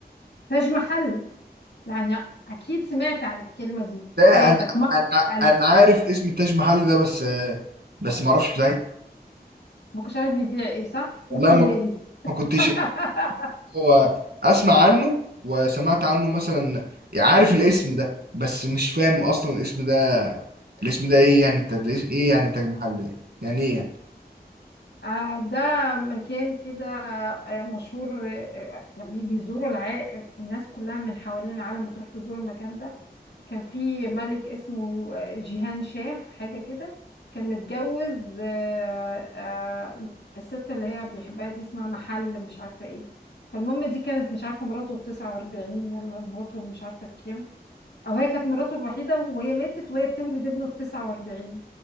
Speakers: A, on the left; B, on the right.
A: تاج محل يعني أكيد سمعت عن الكلمة دي
B: لا
A: في حياتك
B: انا
A: مرة
B: انا
A: على
B: انا
A: الأقل
B: عارف اسم التاج محل ده بس بس ما اعرفش ازاي
A: ما كنتش عارف بيبيع إيه صح؟
B: والله
A: محل
B: ما ك-
A: إيه؟
B: ما كنتش
A: <laughs>
B: هو اسمع عنه وسمعت عنه مثلا عارف الاسم ده بس مش فاهم اصلا الاسم ده الاسم ده ايه يعني انت ده إيه إيه يعني تاج محل ايه يعني ايه يعني؟
A: آه، ده مكان كده آه، مشهور آه، آه، يعني بيزوروا الع... الناس كلها من حوالين العالم بتروح تزور المكان ده كان في ملك اسمه آه، جيهان شاه حاجة كده كان متجوز آه، آه، الست اللي هي بيحبها دي اسمها محل مش عارفة ايه فالمهم دي كانت مش عارفة مراته التسعة واربعين ولا مراته اللي مش عارفة الكام أو هي كانت مراته الوحيدة وهي ماتت وهي بتولد ابنه التسعة واربعين